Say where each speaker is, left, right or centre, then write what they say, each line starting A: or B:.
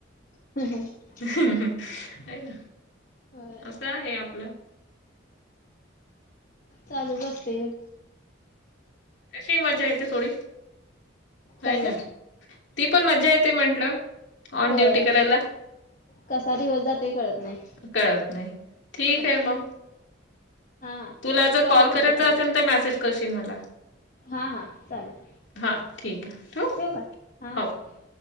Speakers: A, on the left; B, on the left.
A: <unintelligible>
B: आहे ना,
A: होय
B: असं आहे आपलं.
A: चालूच आसतय बाई
B: तशी मज्जा येथे थोडी, हाय
A: काय
B: ना.
A: ते?
B: ती पण मज्जा येते म्हंटलं, ऑन
A: होय
B: ड्युटी करायला.
A: कसा दिवस जातोय कळत नाही
B: कळत नाही, ठीक
A: हा
B: आहे मग.
A: हा
B: तुला जर कॉल
A: करते
B: करायचा
A: परत
B: असेल तर मेसेज करशील मला.
A: हा हा, चालेल,
B: हा ठीक आहे ठेवू
A: ठेव का, हा
B: हो.
A: हा.